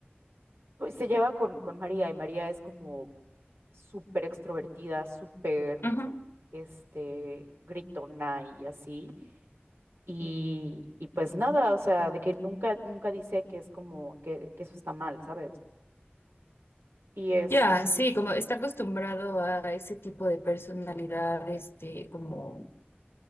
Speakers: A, on the right (about 75°); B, on the left (about 70°).
A: Pues se lleva con, con María y María es como súper extrovertida, súper
B: Ujú.
A: este, gritona y así. Y, y pues nada, o sea, de que nunca, nunca dice que es como que, que eso está mal, ¿sabes? Y este,
B: Ya, sí, como está acostumbrado a ese tipo de personalidad, este, como,